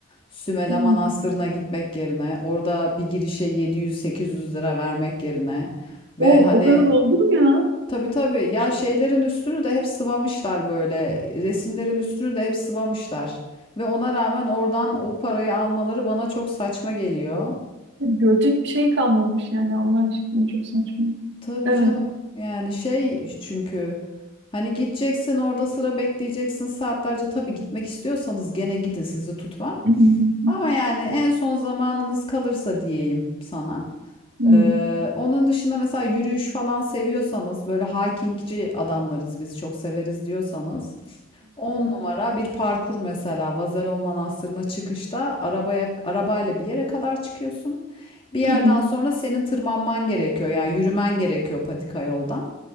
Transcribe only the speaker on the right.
Hı.
O,
o kadar oldu mu ya?
Görecek bir şey kalmamış yani Allah aşkına çok saçma.
Evet.
Hı hı hı.
Hı.
Hı hı.